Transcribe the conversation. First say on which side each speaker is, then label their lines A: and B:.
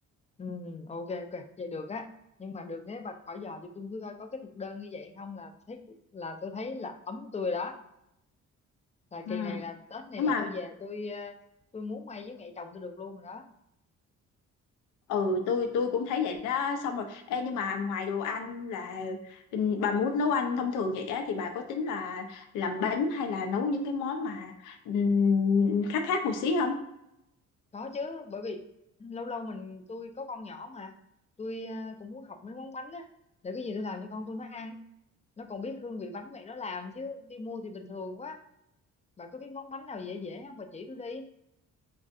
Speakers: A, on the left (about 20°); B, on the left (about 80°).
A: Ừ, ok ok vậy được á nhưng mà được nếu bà khỏi dò thì tôi cứ coi có cái thực đơn như vậy không là thấy là tôi thấy là ấm tôi rồi đó là
B: ừ.
A: kỳ này là Tết này
B: nhưng
A: là
B: mà
A: tôi về tôi ờ, tôi muốn may với mẹ chồng tôi được luôn rồi đó
B: ừ tôi tôi cũng thấy vậy đó xong rồi ê nhưng mà ngoài đồ ăn là ừ, bà muốn nấu ăn thông thường vậy á thì bà có tính là làm bánh hay là nấu những cái món mà ừ, khác khác một xí không
A: có chứ bởi vì lâu lâu mình tôi có con nhỏ mà tôi ờ, cũng muốn học mấy món bánh á để cái gì tôi làm cho con tôi nó ăn nó còn biết hương vị bánh mẹ nó làm chứ đi mua thì bình thường quá bà có biết món bánh nào dễ dễ không bà chỉ tôi đi